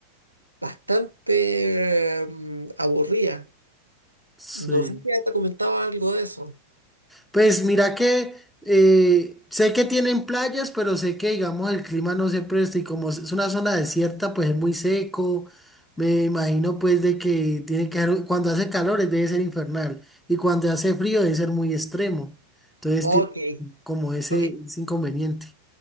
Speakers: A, on the right (about 85°); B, in the centre.
A: bastante mm, aburrida.
B: Sí.
A: No sé si ya te comentaba algo de eso.
B: Pues mira que eh, sé que tienen playas, pero sé que digamos el clima no se presta y como es una zona desierta, pues es muy seco. Me imagino pues de que tiene que ser, cuando hace calor eh, debe ser infernal y cuando hace frío debe ser muy extremo. Entonces
A: Ok,
B: tiene como ese,
A: ok.
B: ese inconveniente.